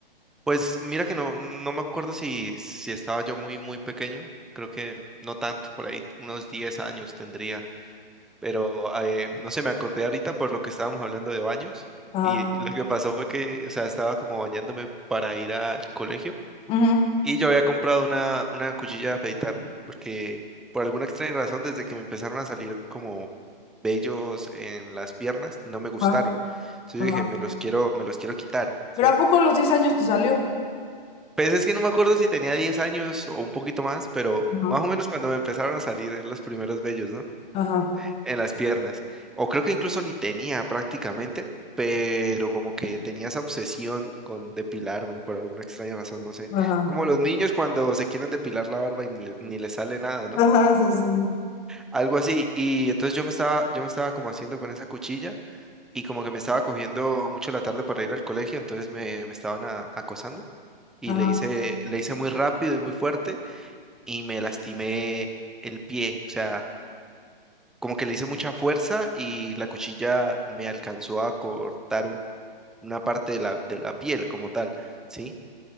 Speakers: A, in the centre; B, on the left (about 20°).
A: Pues mira que no, no me acuerdo si, si estaba yo muy, muy pequeño. Creo que no tanto, por ahí unos 10 años tendría. Pero eh, no sé, me acordé ahorita por lo que estábamos hablando de baños.
B: Ajá,
A: Y lo que pasó fue que, o sea, estaba como bañándome para ir al colegio
B: ujú,
A: Y yo había comprado una, una cuchilla de afeitar, porque por alguna extraña razón, desde que me empezaron a salir como vellos en las piernas, no me gustaron.
B: ajá,
A: Entonces
B: ajá.
A: yo dije, me los quiero, me los quiero quitar, ¿sí?
B: ¿Pero a poco a los 10 años te salió?
A: Pues es que no me acuerdo si tenía 10 años o un poquito más, pero
B: Ajá,
A: más o menos cuando me empezaron a salir los primeros vellos, ¿no?
B: ajá,
A: en las piernas. O creo que incluso ni tenía prácticamente, pero como que tenía esa obsesión con depilarme por alguna extraña razón, no sé.
B: ajá,
A: Como los niños cuando se quieren depilar la barba y ni, le- ni les sale nada, ¿no?
B: ajá, sí, sí, sí,
A: Algo así. Y entonces yo me estaba, yo me estaba como haciendo con esa cuchilla y como que me estaba cogiendo mucho la tarde para ir al colegio, entonces me, me estaban a- acosando y
B: ajá.
A: le hice, le hice muy rápido y muy fuerte y me lastimé el pie, o sea como que le hice mucha fuerza y la cuchilla me alcanzó a cortar un- una parte de la, de la piel como tal, ¿sí?